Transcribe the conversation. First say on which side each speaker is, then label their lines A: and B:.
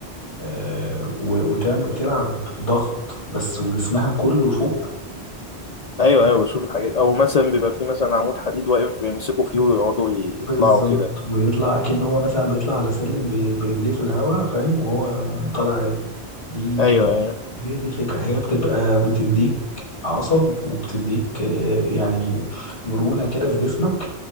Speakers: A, on the left (about 80°); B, on the left (about 55°).
A: آه، و- وتعمل تلعب ضغط بس وجسمها كله فوق
B: ايوه ايوه بشوف الحاجات او مثلا بيبقى في مثلا عمود حديد واقف يمسكوا فيه ويقعدوا يطلعوا
A: بالظبط
B: كده
A: ويطلع كأنه هو مثلا بيطلع على سلم ب- برجليه في الهواء فاهم وهو طالع عادي دي
B: ايوه ايوه
A: <laughs> هي دي الفكرة هي بتبقى بتديك عصب وبتديك آه، يعني مرونة كده في جسمك